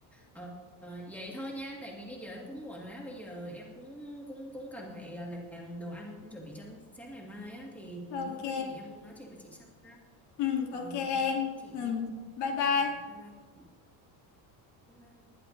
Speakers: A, in the centre; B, on the left (about 80°).
A: ờ, ờ, vậy thôi nha tại vì bây giờ em cũng muộn rồi á bây giờ em cũng cũng cũng cần phải ờ, làm đồ ăn chuẩn bị cho sáng ngày mai á thì
B: ok
A: thôi có gì em nói chuyện với chị sau ha
B: ừ, ok
A: rồi
B: em
A: cảm ơn chị
B: ừ,
A: nha
B: bye bye
A: Ừ, bye bye chị bye bye